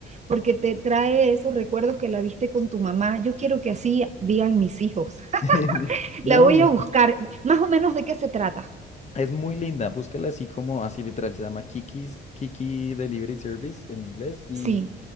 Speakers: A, on the right; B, on the left.
A: porque te trae esos recuerdos que la viste con tu mamá. Yo quiero que así digan mis hijos.
B: <laughs> No,
A: La voy
B: y,
A: a buscar. Más o menos de qué se trata.
B: Es muy linda, búscala así como, así literal, se llama Kiki's, Kiki Delivery Service en inglés y
A: Sí,